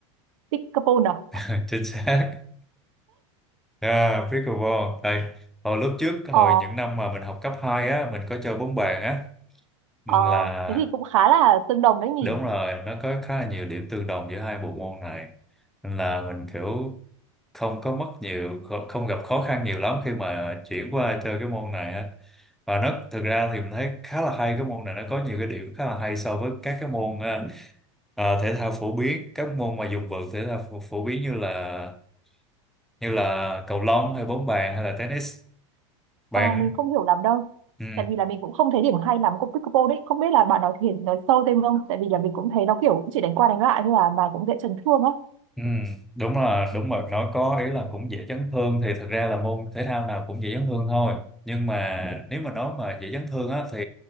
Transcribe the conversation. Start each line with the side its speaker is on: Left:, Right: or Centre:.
Right: Thích Capone à?
Centre: <laughs> chính xác à, pickleball đây hồi lúc trước hồi
Right: Ờ,
Centre: những năm mà mình học cấp 2 á mình có chơi bóng bàn á
Right: ờ,
Centre: là
Right: thế thì cũng khá là tương đồng đấy nhỉ?
Centre: Đúng rồi, nó có khá là nhiều điểm tương đồng giữa hai bộ môn này. Nên là mình kiểu không có mất nhiều, kho- không gặp khó khăn nhiều lắm khi mà chuyển qua chơi cái môn này á. Và nó thực ra thì mình thấy khá là hay cái môn này nó có nhiều cái điểm khá là hay so với các cái môn ờ, ờ, thể thao phổ biến, các môn mà dùng vợt thể thao phổ, phổ biến như là như là cầu lông hay bóng bàn hay là tennis. Bạn
Right: Ờ, mình không hiểu lắm đâu.
Centre: ừ.
Right: Tại vì là mình cũng không thấy điểm hay lắm của Pickleball đấy. Không biết là bạn nói thiệt, nói sâu thêm không? Tại vì là mình cũng thấy nó kiểu chỉ đánh qua đánh lại thôi à, mà cũng dễ chấn thương á.
Centre: Ừ, đúng là đúng rồi nói có ý là cũng dễ chấn thương thì thật ra là môn thể thao nào cũng dễ chấn thương thôi nhưng mà nếu mà nói mà dễ chấn thương á thì